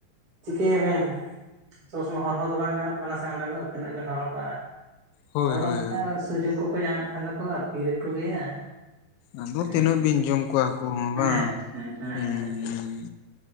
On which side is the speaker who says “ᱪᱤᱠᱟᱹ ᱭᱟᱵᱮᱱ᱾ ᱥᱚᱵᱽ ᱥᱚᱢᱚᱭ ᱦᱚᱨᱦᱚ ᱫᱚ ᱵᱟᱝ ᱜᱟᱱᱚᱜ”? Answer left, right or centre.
Right